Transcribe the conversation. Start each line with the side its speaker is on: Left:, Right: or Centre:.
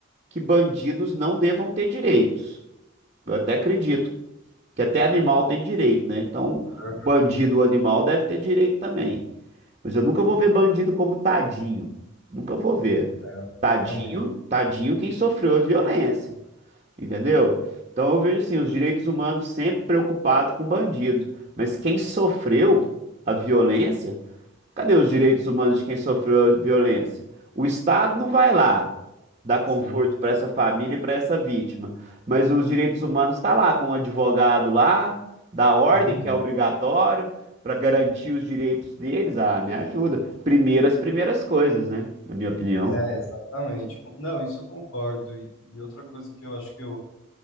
Right: que bandidos não devam ter direitos. Eu até acredito que até animal tem direito, né? Então,
Left: é,
Right: o bandido, o animal, deve ter direito também. Mas eu nunca vou ver bandido como tadinho. Nunca vou ver.
Left: de
Right: Tadinho,
Left: forma alguma.
Right: tadinho quem sofreu a violência, entendeu? Então eu vejo assim, os direitos humanos sempre preocupados com bandido, mas quem sofreu a violência Cadê os direitos humanos de quem sofreu violência? O Estado não vai lá dar conforto
Left: Sim.
Right: para essa família e para essa vítima, mas os direitos humanos está lá com o advogado lá, da ordem
Left: Uhum.
Right: que é obrigatório para garantir os direitos deles. Ah, me ajuda. Primeiro as primeiras coisas, né? Na minha opinião.
Left: É, exatamente. Com- Não, isso eu concordo. E e outra coisa que eu acho que eu